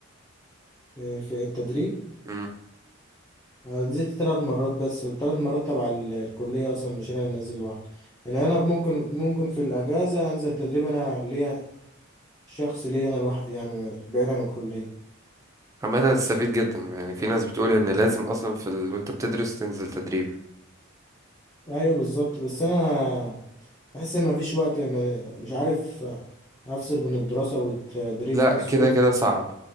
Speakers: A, on the left (about 15°); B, on the right (about 15°).
A: آه، في التدريب
B: امم
A: آه، نزلت تلات مرات بس والتلات مرات تبع ال- الكلية أصلا مش أنا اللي نازل لوحدي يعني أنا ممكن ممكن في الأجازة أنزل تدريب أنا ليا شخص ليا أنا لوحدي يعني بعيد عن الكلية
B: عامه هتستفيد جدا يعني في ناس بتقول ان لازم اصلا في ال... وانت بتدرس تنزل تدريب
A: أيوه بالظبط بس أنا بحس إن مفيش وقت من- مش عارف أفصل بين الدراسة والتدريب
B: لا
A: نفسه
B: كده كده صعب